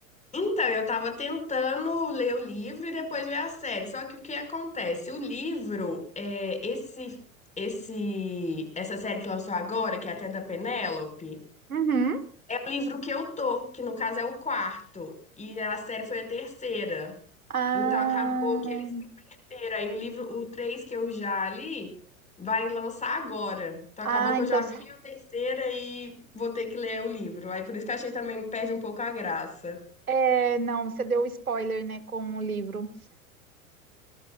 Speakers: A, on the left (about 15°); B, on the right (about 85°).
A: Então, eu tava tentando ler o livro e depois ver a série. Só que o que acontece? O livro, é, esse, esse, essa série que lançou agora, que é até da Penélope,
B: Uhum.
A: é o livro que eu tô, que no caso é o quarto. E a série foi a terceira.
B: Ah,
A: Então acabou que eles se inverteram. Aí o livro, o três que eu já li, vai lançar agora. Então
B: ah,
A: acabou que
B: então,
A: eu já
B: cê-
A: vi a terceira e vou ter que ler o livro. Aí por isso que eu achei também perde um pouco a graça.
B: é, não, você deu spoiler, né, com o livro.